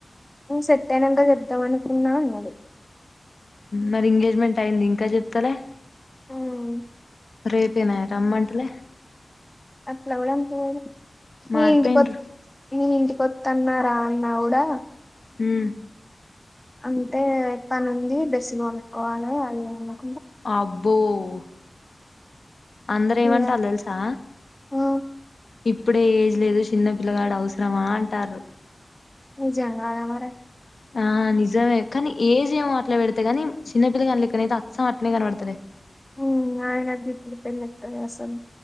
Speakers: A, on the left; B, on the left.
A: సెత్తనంగా చెద్దాం అనుకున్నా నను
B: మరి ఎంగేజ్మెంట్ అయి్యంది ఇంకా చెప్తలే
A: మ్మ్
B: రేపేనా రమ్మంటలే
A: ఆల కూడా వ
B: మారిపోయిండ్రు
A: ఏంటిడి కొ నేను ఇంటికొత్తన్న రా అన్నా కూడా.
B: ఉమ్
A: అంటే పనుంది డ్రెస్సులు కొనుక్కోవాలే అది ఇది అని
B: అబ్బో కు అందరు ఏమంటళ్లు
A: ఇగ
B: తెలుసా.
A: ఆ
B: ఇప్పుడే ఏజ్ లేదు చిన్న పిల్లగాడు అవసరమా అంటార్ర్
A: నిజం కాదా మరి
B: ఆ నిజమే కానీ ఏజ్ ఏమో అట్లే పెడితే కాని చిన్నపిల్ల గానీ లెక్కనే అయితే అచ్చం అట్నే కనపడతారే.
A: ఉమ్ ఆయనకు గిప్పుడు పెళ్లిక్కడిది అసలు.